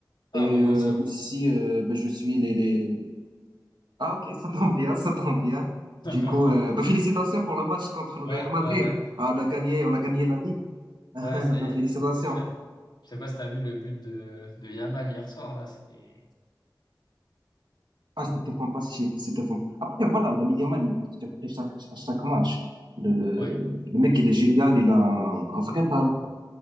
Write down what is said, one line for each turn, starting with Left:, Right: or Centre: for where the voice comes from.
Left: Ah,
Right: Et
Left: bah moi
Right: euh,
Left: aussi.
Right: aussi, euh, ben, je suis les, les... Ah ok, ça tombe bien, ça tombe bien.
Left: <laughs>
Right: Du coup, euh, ben, félicitations pour le match contre le
Left: Ouais,
Right: Real Madrid.
Left: ouais, ouais.
Right: Ah, on a gagné, on a gagné la Ligue. <laughs> Ben,
Left: Ouais, ça y est,
Right: félicitations.
Left: c'est fait. Je sais pas si t'as vu le but de, de Yamal hier soir, là, c'était...
Right: Ah, c'était fantastique, c'était fantastique. Après, voilà, le Yamal, il surprit chaque, à chaque match. Le, le-
Left: Ouais,
Right: le mec, il est génial, il a un, un vrai talent,